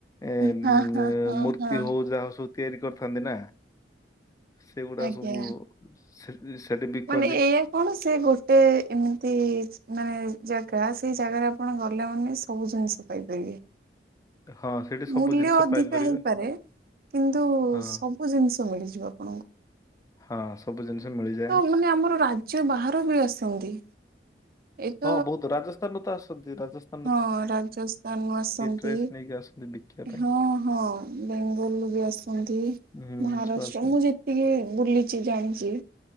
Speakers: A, on the left; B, on the right.
A: ଏଁ
B: ହଁ
A: ଉଁ
B: ହଁ
A: ଆଁ
B: ହଁ
A: ମୂର୍ତ୍ତି
B: ହଁ
A: ହଉ ଯାହା ହଉ ସବୁ ତିଆରି କରିଥାନ୍ତି ନା? ସେଗୁଡା
B: ଆଜ୍ଞା
A: ସବୁ ସେ ସେଠି ବିକନ୍ତି।
B: ମାନେ ଏଇଆ କଣ ସେ ଗୋଟେ ଏମିତି ମାନେ ଜାଗା ସେଇ ଜାଗାରେ ଆପଣ ଗଲା ମାନ ସବୁ ଜିନିଷ ପାଇ ପାରିବେ।
A: ହଁ ସେଠି ସବୁ
B: ମୂଲ୍ୟ
A: ଜିନିଷ
B: ଅଧିକା
A: ପାଇପାରିବେ
B: ହେଇପାରେ କିନ୍ତୁ
A: ହଁ
B: ସବୁ ସବୁ ଜିନିଷ ମିଳିଯିବ ଆପଣଙ୍କୁ।
A: ହଁ ସବୁ ଜିନିଷ ମିଳିଯା
B: ତ ମାନେ ଆମର ରାଜ୍ୟ ବାହାରୁ ବି ଆସନ୍ତି। ଏଇତ
A: ହଁ ବହୁତ ରାଜସ୍ଥାନରୁ ତ ଆସନ୍ତି ରାଜ
B: ହଁ ରାଜସ୍ଥାନରୁୁ ଆସନ୍ତି
A: ଡ୍ରେସ୍ ନେଇକି ଆସନ୍ତି ବିକିବା ପାଇଁ।
B: ହଁ ହଁ ବେଙ୍ଗଲରୁୁ ବି ଆସ ଆସନ୍ତି
A: ହୁଁ
B: ମହାରାଷ୍ଟ୍ର
A: ସବୁ ଆସନ୍ତି
B: ମୁଁ ଯେତିକି ବୁଲିଛି ଜାଣିଛି।